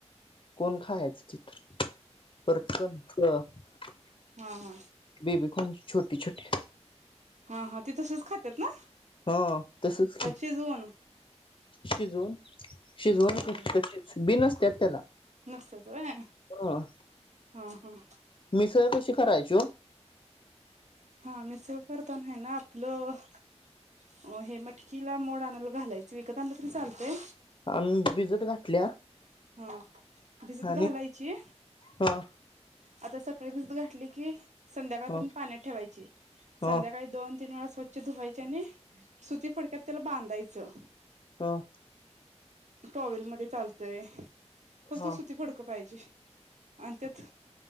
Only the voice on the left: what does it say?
कोण खायाच चित्र? परत <unintelligible>
बेबी कॉर्न छोटी छोटी.
हां. तसच
की
शिजवून? शिजवून
<unintelligible>
बी नसत्यात त्याला.
ह
मिसळ कशी करायची ओ?
आम्ही भिजत घातल्या
आणि
ह
ह
ह
हं.
ह ह